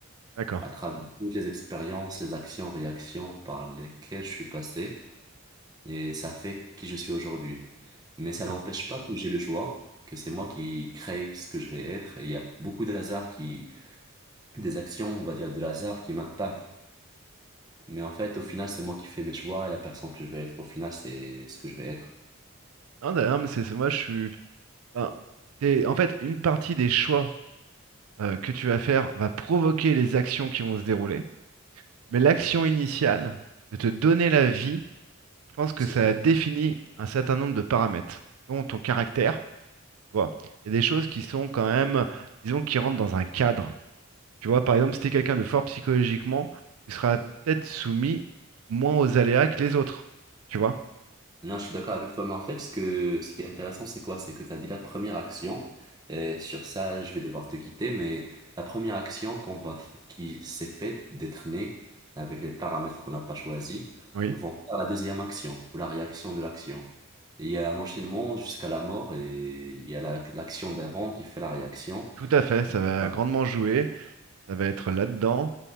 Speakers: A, on the right; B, on the right.
A: d'accord,
B: à travers toutes les expériences, les actions, réactions par lesquelles je suis passé et ça fait qui je suis aujourd'hui. Mais ça
A: d'accord.
B: n'empêche pas que j'ai le choix, que c'est moi qui crée ce que je vais être. Et il y a beaucoup de hasard qui, des actions, on va dire, de hasard qui m'impactent. Mais en fait, au final, c'est moi qui fais mes choix et la personne que je vais être, au final, c'est ce que je vais être.
A: Non, d'ailleurs, mais c'est c'est- moi, je suis. ben, t'es- en fait, une partie des choix euh, que tu vas faire va provoquer les actions qui vont se dérouler. Mais l'action initiale de te donner la vie, je pense que
B: C'est
A: ça définit un certain nombre de paramètres, dont ton caractère Tu vois, il y a des choses qui sont quand même, disons, qui rentrent dans un cadre. Tu vois, par exemple, si t'es quelqu'un de fort psychologiquement, tu seras peut-être soumis moins aux aléas que les autres. Tu vois?
B: Non, je suis d'accord avec toi, mais en fait, ce que, ce qui est intéressant, c'est quoi? C'est que tu as dit la première action, et sur ça, je vais devoir te quitter, mais la première action qu'on va, f- qui s'est faite d'être née avec les paramètres qu'on n'a pas choisis,
A: Oui,
B: vont faire la deuxième action, ou la réaction de l'action. Et Il y a un enchaînement jusqu'à la mort, et il y a la- l'action d'avant qui fait la réaction.
A: tout à fait. Ça va
B: Ah.
A: grandement jouer. Ça va être là-dedans.